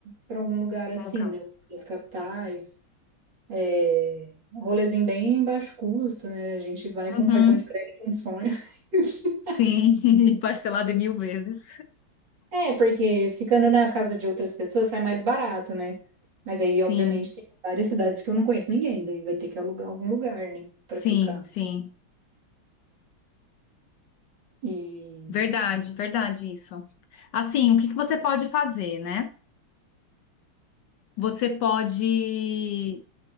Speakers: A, on the right (about 60°); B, on the left (about 70°).
A: para algum lugar
B: Algum
A: assim,
B: local.
A: né? As capitais, é, um rolezinho bem baixo custo, né? A gente vai com
B: Uhum.
A: cartão de crédito, é um sonho. <laughs>
B: Sim, <laughs> parcelado em mil vezes.
A: É, porque ficando na casa de outras pessoas sai mais barato, né? Mas aí,
B: Sim,
A: obviamente, tem várias cidades que eu não conheço ninguém, daí vai ter que alugar algum lugar, né,
B: sim,
A: para ficar.
B: sim.
A: E...
B: Verdade, verdade isso. Assim, o que que você pode fazer, né? Você pode